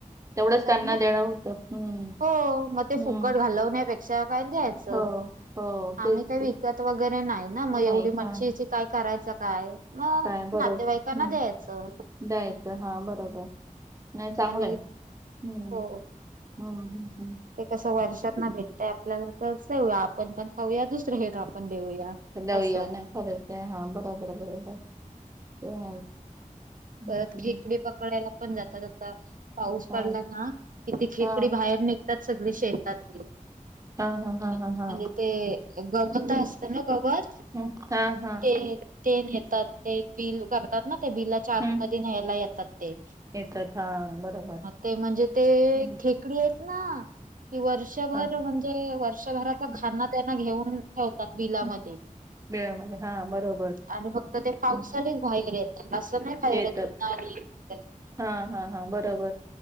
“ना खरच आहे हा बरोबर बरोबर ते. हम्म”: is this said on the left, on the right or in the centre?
Right